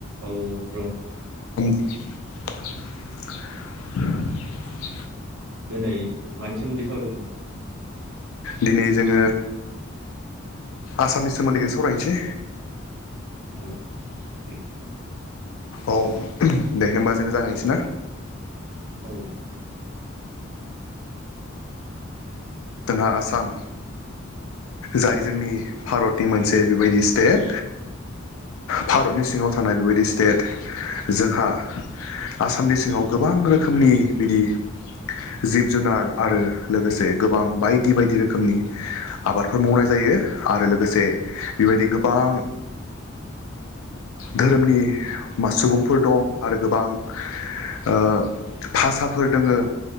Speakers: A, on the right; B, on the left.
A: औ।
B: <inaudible>
A: दिनै मानि सोमोन्दै सावरायनो?
B: दिनै जोङो आसामनि सोमोन्दैखौ सावरायनोसै।
A: औ दे।
B: औ दे होमबा जोङो जागायसै ना।
A: औ दे।
B: जोंहा आसाम, जाय जोंनि भारतनि मोनसे बेबायदि स्टेट। भारतनि सिङाव थानाय बेबायदि स्टेट जोंहा आसामनि सिङाव गोबां रोखोमनि बिदि जिब जुनार आरो। लोगोसे गोबां बायदि बायदि रोखोमनि, आबादफोर मावनाय जायो। आरो लोगोसे बेबायदि गोबां धोरोमनि म सुबुंफोर दं, आरो गोबां ओ भाषफोर दोङो